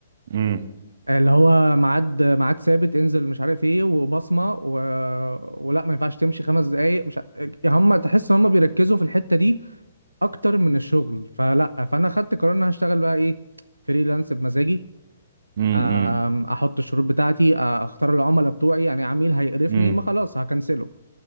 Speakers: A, on the right; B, on the right.
A: امم
B: آه، اللي هو ميعاد ميعاد ثابت انزل مش عارف ايه وبصمه و... ولا ما ينفعش تمشي خمس دقايق مش ع- هم تحس ان هم بيركزوا في الحته دي اكتر من الشغل فلا فانا خدت قرار ان أنا هشتغل بقى ايه فريلانس بمزاجي
A: امم
B: آم، احط الشروط بتاعتي آه، اختار العملاء بتوعي يعني عميل هيقرفني
A: امم
B: ما خلاص هكنسله